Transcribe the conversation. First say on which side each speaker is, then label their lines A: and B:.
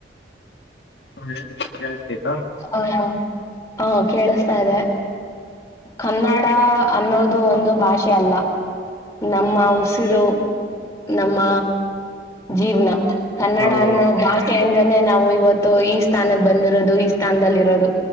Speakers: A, on the left; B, on the left.
A: ಹಾ ಹೇಳಿ ಕೆಳಸ್ತೈತ.
B: ಹ ಹಾ ಹಾ ಕೇಳಸ್ತಾ ಇದೆ ಕನ್ನಡ ಅನ್ನೋದು ಒಂದು ಭಾಷೆ ಅಲ್ಲ. ನಮ್ಮ ಉಸಿರು ನಮ್ಮ ಜೀವ್ನ. ಕನ್ನಡ
A: ಹೌದು
B: ಅನ್ನೋ ಭಾಷೆಯಿಂದಾನೇ ನಾವು ಇವತ್ತು ಈ ಸ್ಥಾನಕ್ಕೆ ಬಂದಿರೋದು ಇ ಸ್ಥಾನದಲ್ಲಿ ಇರೋದು